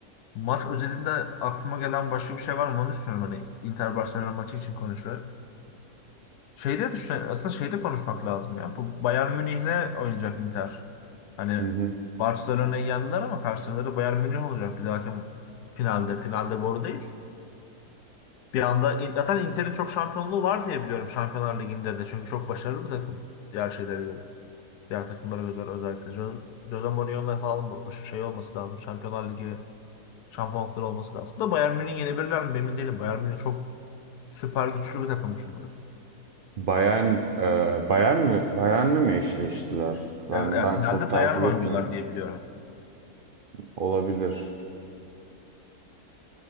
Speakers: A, on the left; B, on the right.
A: maç özelinde aklıma gelen başka bir şey var mı onu düşünüyorum. Hani Inter Barcelona maçı için konuşuyor. Şeyde düşünüyorum. Aslında şeyde konuşmak lazım ya. Bu Bayern Münih'le oynayacak Inter. Hani
B: hı hı.
A: Barcelona'yı yendiler ama karşıları Bayern Münih olacak bir dahaki finalde. Finalde boru değil. Bir anda in- zaten Inter'in çok şampiyonluğu var diye biliyorum Şampiyonlar Ligi'nde de. Çünkü çok başarılı bir takım. Diğer şeylere göre. Diğer takımlara göre özellikle. Jo- Jose Mourinho'la falan bu- şey olması lazım. Şampiyonlar Ligi şampiyonlukları olması lazım. Da Bayern Münih yenebilirler mi emin değilim. Bayern Münih çok süper güçlü bir takım çünkü.
B: Bayern e, Bayern mi Bayern'le mi eşleştiler ben
A: Ya, ya
B: ben
A: finalde
B: çok takip
A: Bayern'le
B: etmiyorum
A: oynuyorlar diye biliyorum.
B: olabilir